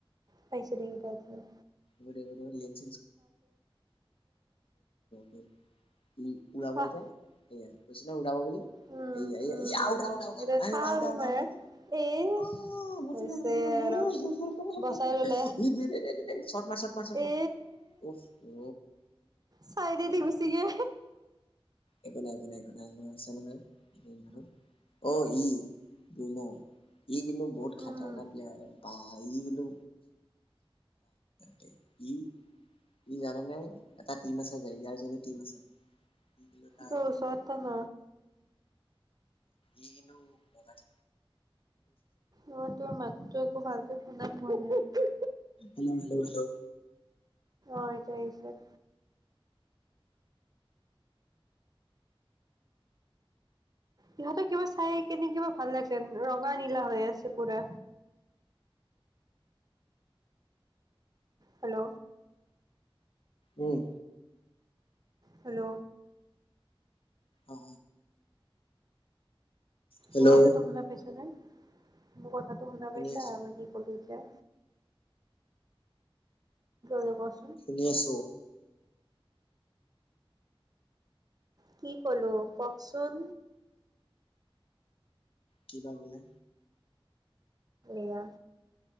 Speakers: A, on the right; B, on the left.
A: পাইছোঁ দেখি পাত মই
B: গৈ দিয় গৈ দিয় লিঞ্চ <unintelligible> ই উৰাব এটিয়া
A: আহ
B: এইয়া কৈছো নে উৰাব বুলি
A: উম
B: এইয়া
A: উম
B: এইয়া
A: উম উম
B: আউট আউট আউট
A: এতিয়া
B: আউট
A: থাক
B: আউট
A: তোমাৰ
B: আউট আউট
A: এ
B: অ বাচি
A: হৈছে
B: গ'ল বাচি গ'ল হে
A: আৰু বচাই
B: হে
A: ললে
B: স দি চত ম চত ম চত ম
A: এ
B: অফ হ
A: চাইডেদি গুচি গে
B: একো নাই একো নাই একো নাই আমাৰ আছে নহয়, ম অ ই বনো ই বিনু বহুত
A: উম
B: খতৰক বা ই বিনু তে, ই ই জানেনে এটা টিম আছে যে ইয়াৰ যোনটো টিম আছে ই কিন্তু তাৰ
A: দশ আটা ন
B: এই কিন্তু মাজা থ
A: ম তোৰ মাতটো একো ভালকে শুনা পোৱা নাই,
B: হেল্ল' হেল্ল' হেল্ল'
A: অ তাৰপিছত সিহতৰ কিবা চাই কেনে কিবা ভাল লাগছেন, ৰঙা নীলা হৈ আছে পুৰা। হেল্ল'।
B: উম।
A: হেল্ল'?
B: অ। হেল্ল'
A: মোৰ কথাটো শুনা পাইছা যে মোৰ কথা শুনা
B: শুনি
A: পাইছা,
B: আছো
A: মই কি কলো? লে কষ্ট
B: শুনি আছো।
A: কি কলো কওকচোন?
B: কিবা বোলে
A: এয়া